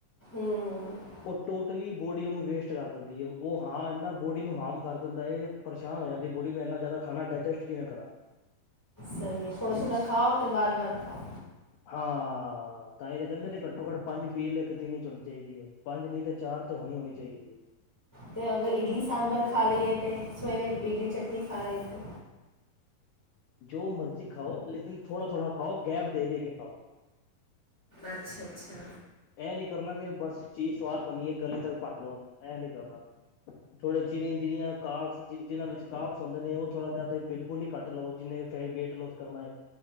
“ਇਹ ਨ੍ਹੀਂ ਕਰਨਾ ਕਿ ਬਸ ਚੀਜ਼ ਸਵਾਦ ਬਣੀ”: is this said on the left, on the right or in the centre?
Left